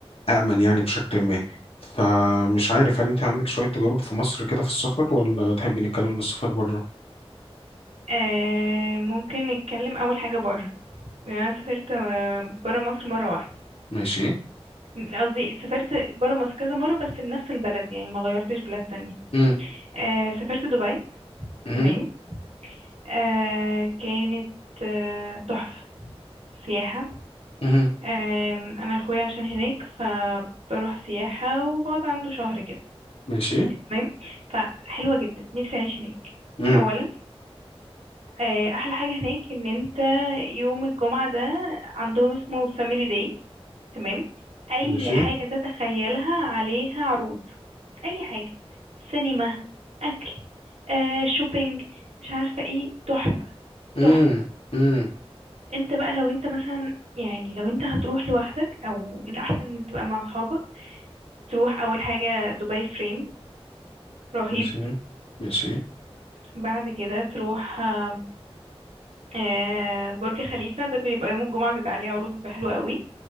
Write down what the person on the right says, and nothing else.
آه ممكن نتكلم اول حاجه بره يعني انا سافرت بره مصر مره واحده
قصدي سافرت بره مصر كذا مره بس لنفس البلد يعني ما غيرتش بلاد تانية
آه سافرت دبي
تمام آه كانت آه، تحفه سياحه
آه انا اخويا عشان هناك فبروح سياحه وبقعد عنده شهر كده
تمام فحلوه جدا نفسي اعيش هناك
اولا آه، احلى حاجه هناك ان انت يوم الجمعه ده عندهم اسمه فاميلي داي تمام اي
حاجه تتخيلها عليها عروض اي حاجه سينما اكل آه، شوبينج مش عارفه ايه تحفه
تحفه
انت بقى لو انت مثلا يعني لو انت هتروح لوحدك او الاحسن تبقى مع اصحابك تروح اول حاجه دبي فريم رهيب
بعد كده تروح آه، آه، برج خليفه ده بيبقى يوم الجمعه بيبقى عليه عروض بيبقى حلوه قوي